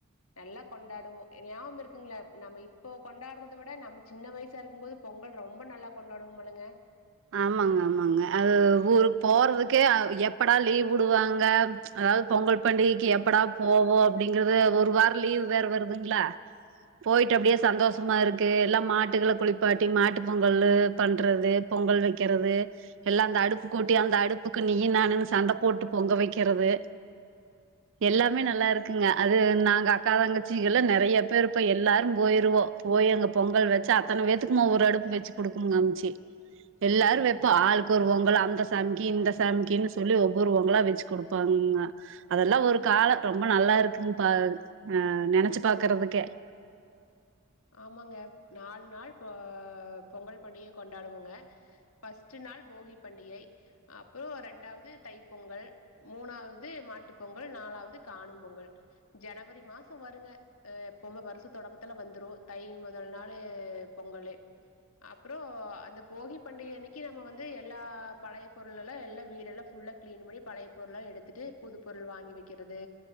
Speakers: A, on the left; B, on the right.
A: நல்லா கொண்டாடுவோ எ ஞாவகம் இருக்குங்ளா நம்ம இப்போ கொண்டாடுறத விட நம்ம சின்ன வயசா இருக்கும் போது பொ பொங்கல் ரொம்ப நல்லா கொண்டாடுவோமுலங்க
B: ஆமாங்க ஆமாங்க அது ஊருக்கு போறதுக்கே அ எப்படா லீவ் விடுவாங்க அ அதாவ்து பொங்கல் பண்டிகைக்கு எப்படா போவோ அப்டிங்கறது ஒரு வார லீவ் வேற வருதுங்ளா போயிட்டு அப்டியே சந்தோஷமா இருக்கு எல்லா மாட்டுகள குளிப்பாட்டி மாட்டு பொங்கலு பண்றது பொங்கல் வெக்கிறது எல்லா அந்த அடுப்பு கூட்டி அந்த அடுப்புக்கு நீயி நானுனு சண்ட போட்டு பொங்க வைக்கிறது எ எல்லாமே நல்லா இருக்குங்க அது நாங்க அக்கா தங்கச்சிகள்லா நெறைய பேர் இப்ப எல்லாரு போயிரு வோ போய் அங்க பொங்கல் வச்சு அத்தன வேத்துக்குமா ஒரு அடுப்பு வச்சு குடுக்கும் எம்ச்சி எல்லாரு வெப்போ ஆளுக்கு ஒரு பொங்கலா அந்த சாமிக்கு இந்த சாமிக்கின்னு சொல்லி ஒவ்வொரு பொங்கலா வெச்சு குடுப்பா அம்மா அதெல்லா‌ ஒரு கால ரொம்ப நல்லா இருக்குங் பா ஆ நெனச்சு பாக்குறதுக்கே
A: ஆமாங்க நாலு நாள் இப்ப பொங்கல் பண்டிகைய கொண்டாடுவோங்க ஃபஸ்ட்டு நாள் போகி பண்டிகை அப்போ ரெண்டாவ்து தைப் பொங்கல் மூணாவ்து மாட்டுப்பொங்கல் ம் நாலாவ்து காணும் பொங்கல் ஜனவரி மாச வருங்க அ எப்பவுமே வருச தொடக்கத்துல வந்துரு தை முதல் நாளு பொங்கலு அப்றோ அந்த போகி பண்டிகை அன்னைக்கி நம்ம வந்து எல்லா பழைய பொருளெல்லா எல்லா வீடெல்லா சுத் ஃபுல்லா க்ளீன் பண்ணி பழைய பொருள்லா எடுத்துட்டு புது பொருள் வாங்கி வக்கிறது